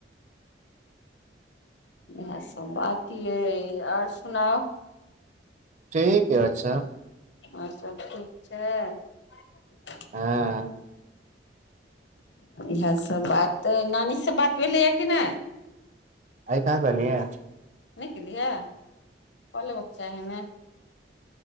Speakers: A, on the left; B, on the right.
A: इएह सब बात की येय ओर सुनाओ
B: ठीक है ओर सब।
A: ओर सभ ठीक छै।
B: हँ।
A: इएहसभ बात, नानी सँ बात भेलैए कि नाह।
B: आइत ह कहलिय।
A: नहि केलियह। कहले ब जाहि मे